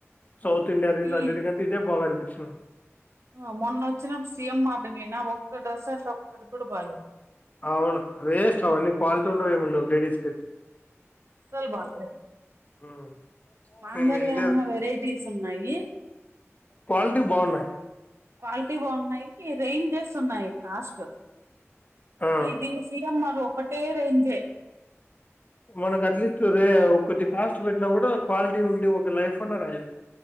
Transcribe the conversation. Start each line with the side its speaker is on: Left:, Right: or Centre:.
Left: సౌత్ ఇంయా ద
Right: ఈ
Left: అన్నిటికింత ఇద బా అపిది <unintelligible>
Right: ఆ మొన్న వచ్చినప్పుడు సీఎం మార్ట్ కి పొయ్నా ఒక్కడ్రెస్ అంటే ఒక్కటి కూడా బాలేదు
Left: అవును వేస్ట్ అవన్ని క్వాలిటీ ఉండవు ఏమండవు లేడీస్ కి
Right: అసలు బాలేదు
Left: ఉమ్
Right: మాంగళ్య
Left: మేము ఇదే
Right: అన్నా వెరైటీస్ ఉన్నాయి
Left: క్వాలిటీ బాగున్నాయి
Right: క్వాలిటీ బాగున్నాయి రేంజెస్ ఉన్నాయి కాస్ట్
Left: ఆ
Right: ఇది సి ఎం ఆరు ఒకటే రేంజే
Left: మనకు అట్లీస్ట్ రే ఒకటి కాస్ట్ పెట్టినా కూడా క్వాల్ టి ఉండి ఒక లైఫ్ ఉన్న రా